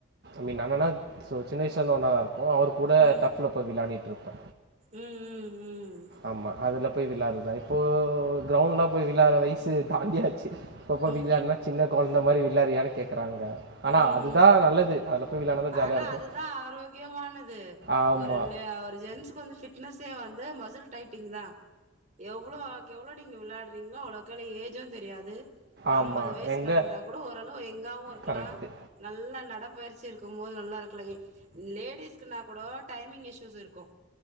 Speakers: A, on the right; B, on the right.
A: மி நனனா சோ சின்ன வயசுல இருந்து ஒன்னதா இருக்கு ப்பவு அவர் கூட
B: ம்
A: டஃப்ல போய் விளாடிட்டு இருப்ப
B: ம் ம்
A: ஆமா அதுல போய் வெளாடறது தா இப்போ க்ரௌண்ட்னி போய் விளாட்ற வயசு தாண்டியாச்சு இப்பப்ப
B: ம்
A: விள்யானா சின்ன கொழந்த மாரி விள்யாறியானு கேக்குறாங்க ஆனா
B: ம்
A: அதுதா
B: ம்
A: நல்லது போய் விளையாடுனா தான் ஜாலியா
B: ஆனா
A: இருக்கும்.
B: அதுதா ஆரோக்கியமானது
A: ஆமா,
B: ஒரு ஒரு ஜென்ஸ்க்கு வந்து ஃபிட்னஸ் த் வந்து மசில் டைட்டிங் தா எவ்ளோக்கெவ்ளோ நீங்க வெளாடுறீங்களோ அவ்ளோகலோ ஏஜு தெரியாது
A: ஆமா.
B: ஐம்பது வயசு
A: எங்க
B: கடந்தா கூட ஓரளவு எங்காவு இருக்கலா
A: கரெக்ட்டு.
B: நல்ல நடப்பு வரச்சிருக் துங்குபோது நல்லா இருக்கல லேடிஸ்க்குனா கூட டைமிங் இஸ்சூஸ் இருக்கு